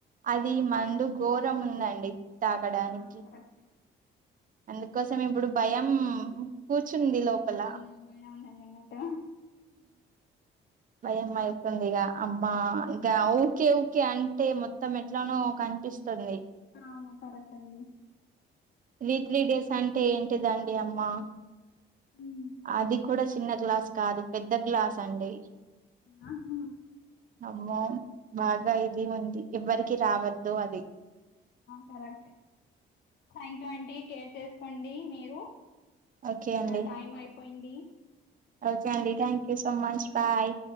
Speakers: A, on the right; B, on the left.
A: అది మందు ఘోరం ఉందండి తాగడానికి.
B: ఆ కరెక్టే
A: అందుకోసం ఇప్పుడు భయం. కూర్చుంది
B: ఆ
A: లోపల
B: మీకు నా భయం ఉన్నది అన్నట్టు
A: భయం అవుతుంది ఇక అమ్మా ఇక ఊకే ఊకే అంటే మొత్తం ఎట్లానో. అనిపిస్తుంది.
B: అవును కరెక్ట్ అండి.
A: రీ త్రీ డేస్ అంటే ఏంటిదండి అమ్మా.
B: ఉ.
A: అది కూడా చిన్న గ్లాస్ కాదు పెద్ద గ్లాస్ అండి.
B: అ. హు
A: అమ్మో బాగా ఇది ఉంది ఎవ్వరికి రావద్దు అది.
B: కరెక్ట్ థ్యాంక్ యూ అంట కేర్ చేసుకోండి మీరు.
A: ఓకే అండి
B: నా టైం అయిపోయింది
A: ఓకే అండిథ్యాంక్. So much bye.